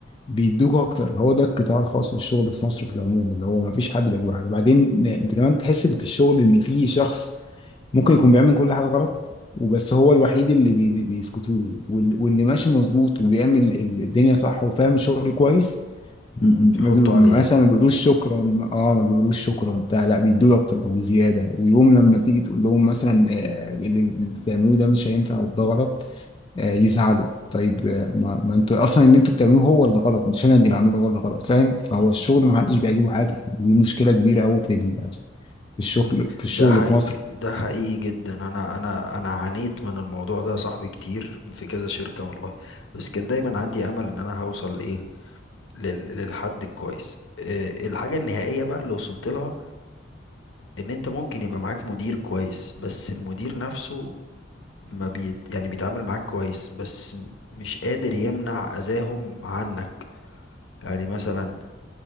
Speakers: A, on the left; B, on the left.
A: بيدوك اكتر هو ده القطاع الخاص في الشغل في مصر في العموم اللي هو مفيش حد بيعجبه حاجه بعدين آه، انت كمان تحس ان في الشغل ان في شخص ممكن يكون بيعمل كل حاجة غلط وبس هو الوحيد اللي بي- بيسكتوا له وال- واللي ماشي مظبوط وبيعمل ال- الدنيا صح وفاهم الشغل كويس م-
B: مم، تحطه
A: ما بي...
B: عليه
A: مثلا ما بيقولوش شكرا اه ما بيقولوش شكرا بتاع لا بيدوا اكتر وزياده ويوم لما تيجي تقول لهم مثلا آه، اللي اللي بتعملوه ده مش هينفع وده غلط آه، يزعلوا طيب آه، ما, ما انتوا اصلا اللي انتوا بتعملوه هو اللي غلط مش انا اللي بعمله هو اللي غلط فاهم فهو
B: مم.
A: الشغل ما حدش بيعجبه حاجه دي مشكله كبيره قوي في ال- في الشغل في الشغل
B: ده حقيقي
A: في مصر
B: ده حقيقي جدا انا انا انا عانيت من الموضوع ده يا صاحبي كتير في كذا شركة والله بس كان دايما عندي امل ان انا هوصل لايه لل... للحد الكويس آه، الحاجة النهائية بقى اللي وصلت لها ان انت ممكن يبقى معاك مدير كويس بس المدير نفسه ما بيت يعني بيتعامل معاك كويس بس م- مش قادر يمنع اذاهم عنك يعني مثلا